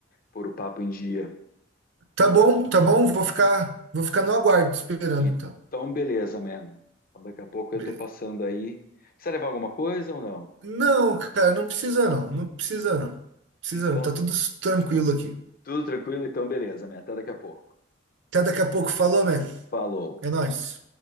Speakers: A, on the left; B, on the right.
A: pôr o papo em dia.
B: Tá bom, tá bom, vou ficar, vou ficar no aguardo te esperando
A: Então,
B: então.
A: beleza, man. Então, daqui a pouco eu
B: Be-
A: tô passando aí. Precisa levar alguma coisa ou não?
B: Não, cara, não precisa não. Não precisa não. Precisa
A: Então,
B: não. Tá tudo tranquilo aqui.
A: tudo tranquilo? Então, beleza, man. Até daqui a pouco.
B: Até daqui a pouco. Falou, man.
A: Falou.
B: É nóis.